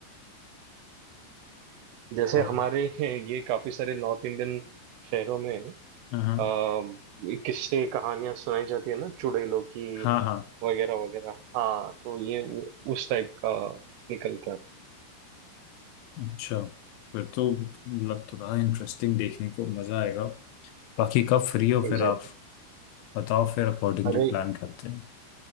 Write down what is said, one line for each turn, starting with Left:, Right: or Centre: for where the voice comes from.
Right: जैसे
Left: पर
Right: हमारे ये काफी सारे नॉर्थ इंडियन शहरों में
Left: हाँ हाँ
Right: अ, किस्से कहानियां सुनाई जाती है ना चुड़ैलों की
Left: हाँ हाँ
Right: वगैरह वगैरह हाँ तो ये उ- उस टाइप का निकल के आता
Left: अच्छा फिर तो मतलब तो बड़ा इंटरेस्टिंग देखने को मजा आएगा बाकी कब फ्री हो
Right: है। एग्जैक्टली
Left: फिर आप बताओ फिर अकॉर्डिंगली
Right: अरे
Left: प्लान करते हैं